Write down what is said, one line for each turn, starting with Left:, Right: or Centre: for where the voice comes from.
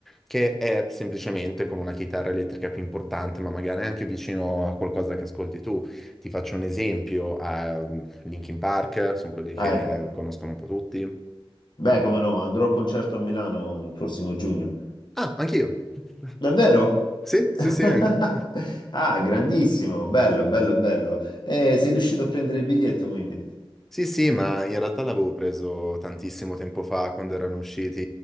Centre: che è semplicemente con una chitarra elettrica più importante, ma magari anche vicino a qualcosa che ascolti tu. Ti faccio un esempio, a mm, Linkin Park, sono quelli che
Left: Eh beh,
Centre: conoscono un po' tutti.
Left: beh, come no, andrò al concerto a Milano il prossimo giugno.
Centre: Ah, anch'io. <laughs>
Left: Davvero?
Centre: Sì,
Left: <laughs>
Centre: sì, sì, anche.
Left: Ah, grandissimo, bello, bello, bello. Eh, sei riuscito a prendere il biglietto quindi.
Centre: Sì, sì, ma in realtà l'avevo preso tantissimo tempo fa, quando erano usciti